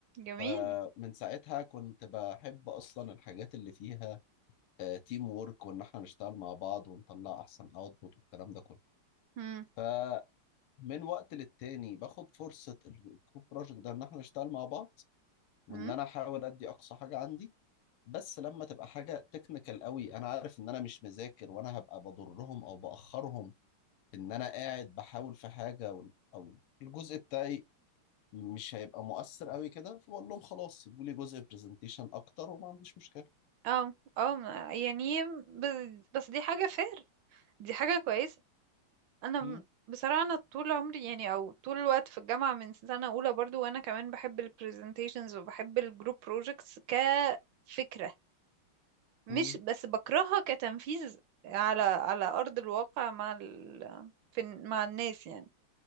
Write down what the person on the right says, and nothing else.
جميل
امم
امم
اه اه ما- يعني بس, بس دي حاجة فير دي حاجة كويسة انا
م- بصراحة انا طول عمري يعني او طول الوقت في الجامعة من سنة اولى برضو وانا كمان بحب البرزنتيشنز وبحب الجروب بروجكتس كفكرة مش
بس بكرهها كتنفيذ على على ارض الواقع مع ال... في مع الناس يعني